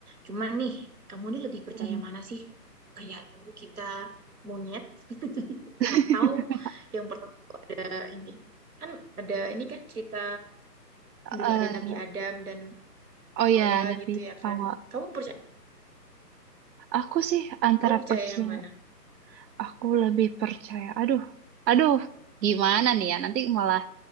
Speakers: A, on the right; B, on the right.
A: Cuman nih, kamu ini lebih percaya
B: Hmm.
A: mana sih? Kayak dulu kita monyet <laughs>
B: <laughs>
A: atau yang pertama ada ini kan ada ini kan cerita
B: Eh,
A: dulu ada Nabi Adam dan
B: oh
A: Hawa
B: ya, nanti
A: gitu ya
B: hawa.
A: kan. Kamu percaya
B: Aku sih antara
A: kamu percaya
B: percaya,
A: yang mana?
B: aku lebih percaya. Aduh, aduh, gimana nih ya? Nanti malah